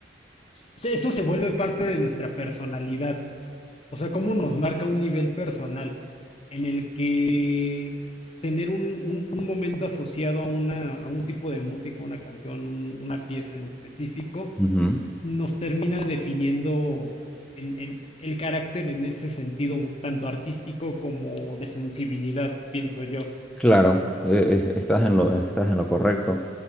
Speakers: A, on the left; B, in the centre.
A: se- eso se vuelve parte de nuestra personalidad, O sea, cómo nos marca un nivel personal en el que tener un, un- un momento asociado a una, a un tipo de música, una canción, un- una pieza en específico,
B: ujú.
A: nos termina definiendo en- en el carácter en ese sentido, tanto artístico como de sensibilidad, pienso yo.
B: Claro, eh, es- estás en lo, estás en lo correcto.